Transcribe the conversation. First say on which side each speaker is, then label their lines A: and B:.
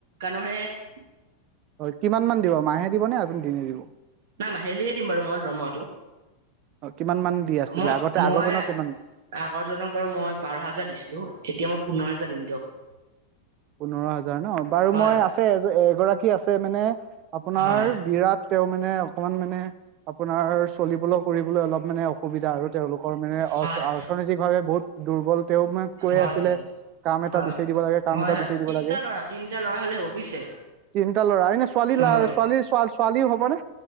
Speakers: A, on the right; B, on the right.
A: নহয়ে <unintelligible>
B: হয়, কিমান মান দিব? মাহে দিবনে? আপুনি দিনে দিব?
A: নাই মাহেলিয়ে দিম বাৰু মই দৰমহাটো।
B: অ' কিমানমান দি আছিলে
A: মই
B: আগতে
A: মই
B: আগৰজনক কিমান।
A: আগৰজনক বাৰু মই বাৰ হাজাৰ দিছিলো। এতিয়া মই পোন্ধৰ হাজাৰ দিম দিয়ক।
B: <unintelligible> পোন্ধৰ হাজাৰ ন! বাৰু
A: হয়
B: মই
A: হয়
B: আছে এ এগৰাকী আছে মানে আপোনাৰ
A: হয়
B: বিৰাট। তেওঁমানে অকমান মানে আপোনাৰ চলিবলৌ। <unintelligible> অলপ মানে অসুবিধা আৰু তেওঁলোকৰ মানে অৰ্থ
A: হয়
B: অৰ্থনৈতিকভাৱে বহুত দুৰ্বল। তেওঁ মা <unintelligible> কৈ
A: হয়
B: আছিলে
A: হয়
B: কাম এটা
A: হয়।
B: বিচাৰি দিব লাগে কাম
A: হয়
B: এটা
A: হয়
B: বিচাৰি দিব
A: তিনিটা
B: লাগে।
A: ল'ৰা তিনিটা ল'ৰা হ'লে হ'ব বুজিছে
B: তিনিটা ল'ৰা এনে ছোৱালী
A: হয়।
B: ছোৱালীৰ ছোৱালী ছোৱালীও হ'ব নে?